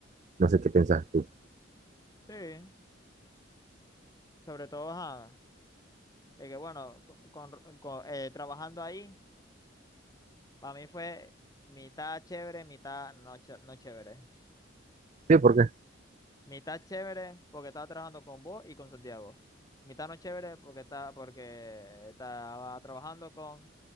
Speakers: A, on the right; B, on the left.
A: No sé qué piensas tú.
B: sí, sobre todo, ajá. Es que bueno, co- con, con- eh, trabajando ahí, para mí fue mitad chévere, mitad no, ch- no chévere.
A: Sí, ¿por qué?
B: Mitad chévere porque estaba trabajando con vos y con Santiago. Mitad no chévere porque, está, porque estaba trabajando con